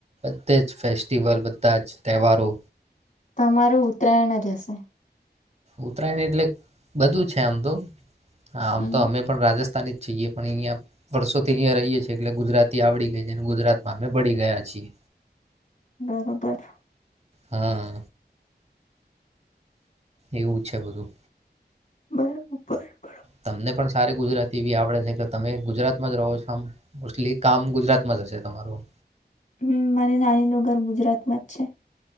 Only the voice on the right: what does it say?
બધે જ ફેસ્ટિવલ. બધા જ તહેવારો.
ઉત્તરાયણ એટલે બધું છે આમ તો આમ
તો અમે પણ રાજસ્થાન જ છએ પણ અહિયાયા વર્ષોથી અહ રહીએ છીએ એટલે ગુજરાતી આવડી ગઈ છે ગુજરાતમાં અમે ભળી ગયા છીએ.
હા એવું છે બધું
તમને પણ સારી ગુજરાતી વી આપડે છે કે તમે ગુજરાતમાં જ રહો છો આમ મોસ્ટલી કામ ગુજરાતમાં જ હશે તમારું.